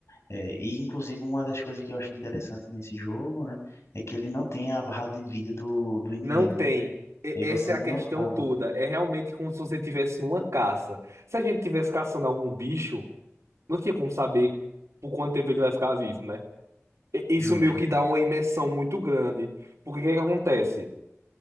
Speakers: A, on the left; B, on the right.
A: é, e inclusive uma das coisas que eu achei interessante nesse jogo, né? É que ele não tem a barra de vida do, do inimigo,
B: Não tem.
A: né?
B: E-
A: E
B: essa
A: você
B: é a
A: não
B: questão
A: sabe.
B: toda. É realmente como se você estivesse numa caça. Se a gente estivesse caçando algum bicho, não tinha como saber por quanto tempo ele vai ficar vivo, né? E- Isso
A: Justo.
B: meio que dá uma imersão muito grande. Porque o que é que acontece?